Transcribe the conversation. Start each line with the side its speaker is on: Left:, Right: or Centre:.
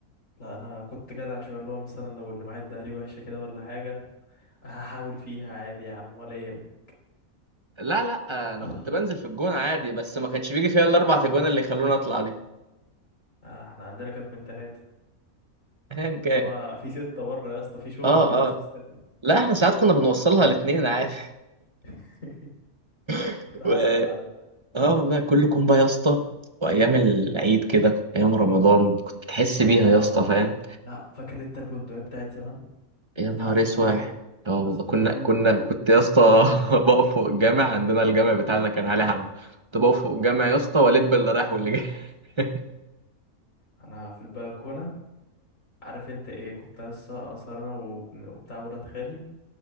Left: لا انا كنت جدع شويه اللي هو مثلا لو اللي معايا اداها لي وحشه كده ولا حاجه هحاول فيها عادي يا عم ولا يهمك
Right: لا لا انا
Left: <laughs>
Right: كنت بنزل في الجون عادي بس ما كانش بيجي فيها الا اربع اجوان اللي يخلوني اطلع دي
Left: آه احنا عندنا كانت من ثلاثه
Right: <laughs> ايا كان
Left: اللي هو في ستة بره يا اسطى في شغل
Right: اه
Left: في ناس
Right: اه
Left: مستنيه
Right: لا احنا ساعات كنا بنوصلها الاثنين عادي
Left: <laughs>
Right: <laughs>
Left: انا
Right: و...
Left: حاسب العدد
Right: اه والله كل كومبا يا اسطى وايام العيد كده ايام رمضان كنت بتحس
Left: اه
Right: بيها يا اسطى فاهم
Left: لا فاكر انت البندقيه بتاعت زمان وبتاعت
Right: يا نهار
Left: الميه
Right: اسود اه والله
Left: مسدسات
Right: كنا
Left: الميه
Right: كنا كنت يا اسطى <laughs> بقف فوق الجامع عندنا الجامع بتاعنا كان عليه حب كنت بقف فوق الجامع يا اسطى والب اللي رايح واللي جاي <laughs>
Left: انا في البلكونه عارف انت ايه كنت لسه اصلا انا وب- وبتاع ولاد خالي